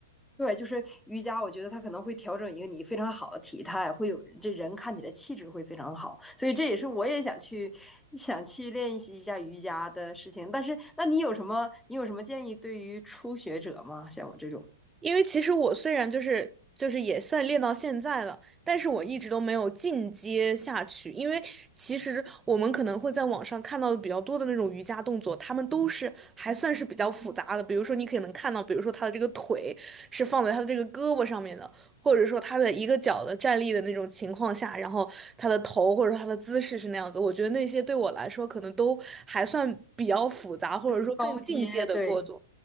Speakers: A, in the centre; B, on the right.
A: 对，就是瑜伽，我觉得它可能会调整一个你非常好的体态，会有这人看起来气质会非常好，所以这也是我也想去想去练习一下瑜伽的事情。但是，那你有什么你有什么建议对于初学者吗？像我这种，
B: 因为其实我虽然就是就是也算练到现在了，但是我一直都没有进阶下去。因为其实我们可能会在网上看到的比较多的那种瑜伽动作，他们都是还算是比较复杂的。比如说你可能看到，比如说他的这个腿是放在他的这个胳膊上面的，或者说他的一个脚的站立的那种情况下，然后他的头或者说他的姿势是那样子。我觉得那些对我来说可能都还算比较复杂，或者说更进阶的过程。
A: 就是高阶，对，